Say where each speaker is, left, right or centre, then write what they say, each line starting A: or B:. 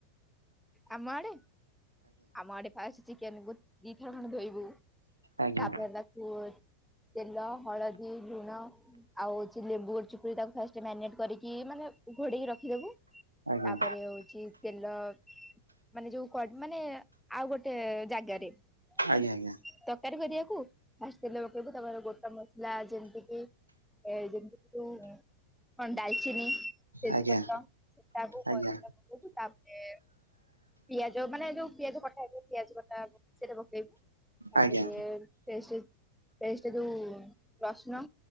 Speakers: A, in the centre; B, on the right.
A: ଆମ ଆଡ଼େ ଆମ ଆଡ଼େ ଫାଷ୍ଟ ଚିକେନକୁ ଦିଥର ଖଣ୍ଡେ ଧୋଇବୁ
B: ଆଜ୍ଞା
A: ତାପରେ ତାକୁ ତେଲ ହଳଦୀ ଲୁଣ ଆଉ ଚି ଲେମ୍ବୁ ଗୋଟେ ଚିପୁଡ଼ି ତାକୁ ଫାଷ୍ଟ ମ୍ୟାରିନେଟ୍ କରିକି ମାନେ ଘୋଡେଇକି ର ରଖି ଦୋବୁ
B: ଆଜ୍ଞା
A: ତାପରେ ହୋଉଚି ତେଲ ମାନେ ଯୋଉ କ ମାନେ ଆଉ ଗୋଟେ ଜାଗାରେ ମାନେ
B: ଆଜ୍ଞା ଆଜ୍ଞା।
A: ତରକାରୀ କରିବାକୁ ଫାଷ୍ଟ ତେଲ ପକେଇବୁ ତାପରେ ଗୋଟା ମସଲା ଯେମିତି କିି ଏ ଯେମତି କଣ ଡାଲଚିନି, ତେଜପତ୍ରକୁ
B: ଆଜ୍ଞା। ଆଜ୍ଞା ଆଜ୍ଞା
A: ତାପରେ ପିଆଜ ମାନେ ଯୋଉ ପିଆଜ କଟା ହେଇଥିବ ପିଆଜ କଟା ସେଇଟା ପକେଇବୁ। ତାପରେ
B: ଆଜ୍ଞା
A: ପେଷ୍ଟ ପେଷ୍ଟ ଜଉ ରସୁଣ।